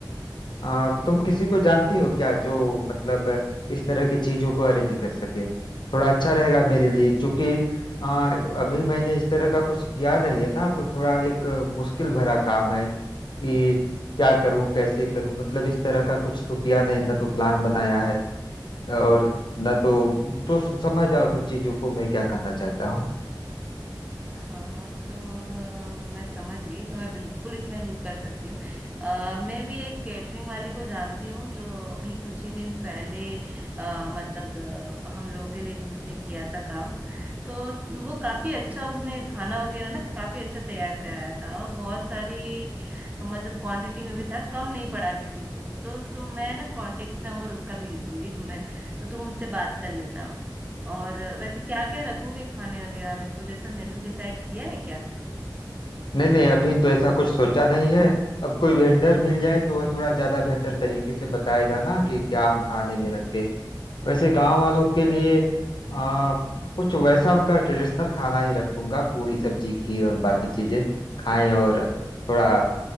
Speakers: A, on the left (about 75°); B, on the right (about 20°).
A: आ, तुम किसी को जानती हो क्या जो मतलब इस तरह की चीजों को अरेंज कर सके थोड़ा अच्छा रहेगा मेरे लिए क्योंकि आ, अभी मैंने इस तरह का कुछ किया नहीं है ना तो थोड़ा एक मुश्किल भरा काम है कि क्या करूं कैसे करूं मतलब इस तरह का कुछ तो किया नहीं ना तो प्लान बनाया है और ना तो तो समझ जाओ तुम चीजों को मैं क्या कहना चाहता हूँ
B: हाँ हाँ तो अ, मैं समझ गई तो मैं बिल्कुल इसमें हेल्प कर सकती हूँ अ, मैं भी एक कैटरिंग वाले को जानती हूँ जो अभी कुछ ही दिन पहले अ, मतलब अ, हम लोग के लिए भी उसने किया था काम तो वो काफी अच्छा उसने खाना वगैरह ना काफी अच्छा तैयार कराया था और बहुत सारी मतलब क्वांटिटी में भी था कम नहीं पड़ा किसी को तो तुम मैं ना कांटेक्ट नंबर उसका भेज दूंगी तुम्हें तो तुम उससे बात कर लेना और वैसे क्या क्या रखोगे खाने वगैरह में कुछ ऐसा मेन्यू डिसाइड किया है क्या
A: नहीं नहीं अभी तो ऐसा कुछ सोचा नहीं है अब कोई वेंडर मिल जाए तो वह थोड़ा ज्यादा बेहतर तरीके से बताएगा ना कि क्या हम खाने में रखें वैसे गांव वालों के लिए आ, कुछ वैसा उनका ट्रेडिशनल खाना ही रखूंगा पूरी सब्जी खीर और बाकी चीजें खाएं और थोड़ा